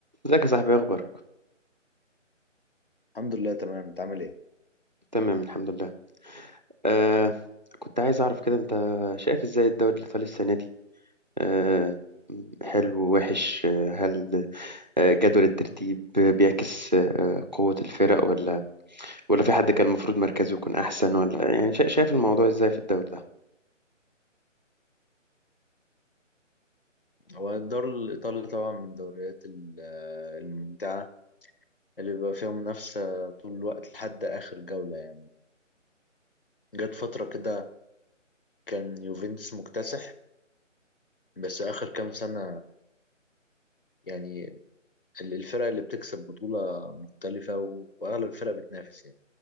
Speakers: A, on the right (about 40°); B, on the left (about 45°).
A: ازيك يا صاحبي إيه اخبارك
B: الحمد لله تمام انت عامل ايه
A: تمام الحمد لله آه كنت عايز اعرف كده انت شايف ازاي الدوري الايطالي السنه دي آه حلو ووحش آه، هل آه، جدول الترتيب بيعكس آه، قوه الفرق ولا ولا في حد كان المفروض مركزه يكون احسن ولا يعني شا- شايف الموضوع ازاي في الدوري ده
B: هو الدوري الايطالي طبعا من الدوريات ال- الممتعه اللي بيبقى فيها منافسه طول الوقت لحد اخر جوله يعني جت فتره كده كان يوفنتوس مكتسح بس اخر كام سنه يعني ال- الفرق اللي بتكسب بطوله مختلفه و- واغلب الفرق بتنافس يعني